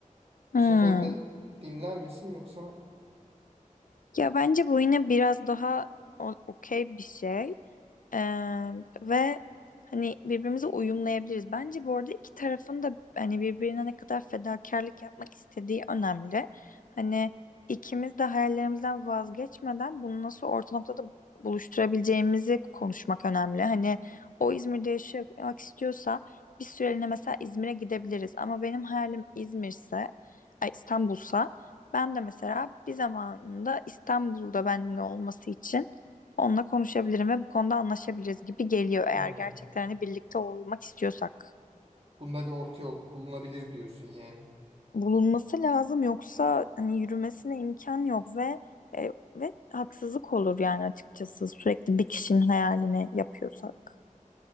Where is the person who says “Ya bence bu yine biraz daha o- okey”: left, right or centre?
Left